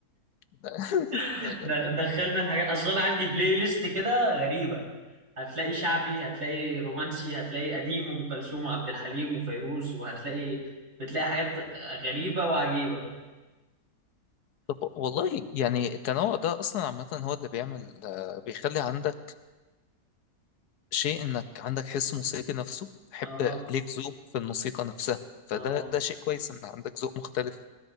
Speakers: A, on the left; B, on the right.
A: <laughs>
B: <laughs> دخ- دخلنا الحاجات أصلا أنا عندي بلاي ليست كده غريبة هتلاقي شعبي هتلاقي رومانسي هتلاقي قديم وأم كلثوم وعبد الحليم وفيروز وهتلاقي بتلاقي حاجات غريبة وعجيبة
A: طب والله يعني التنوع ده اصلا عامه هو اللي بيعمل آه، بيخلي عندك شيء انك عندك حس موسيقي نفسه تحب
B: اه
A: ليك ذوق في الموسيقى نفسها فده
B: اه
A: ده شيء كويس ان عندك ذوق مختلف